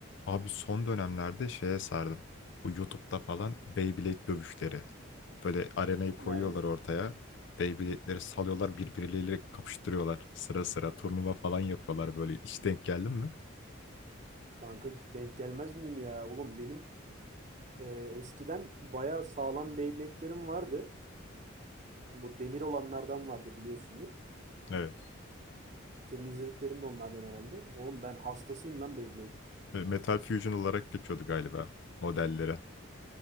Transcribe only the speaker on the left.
Abi son dönemlerde şeye sardım. Bu YouTube'da falan Beyblade dövüşleri. Böyle arenayı koyuyorlar
ortaya. Beyblade'leri salıyorlar birbirleriyle kapıştırıyorlar. Sıra sıra turnuva falan yapıyorlar böyle. Hiç denk geldin mi?
Evet.
E, Metal Fusion olarak geçiyordu galiba modellere.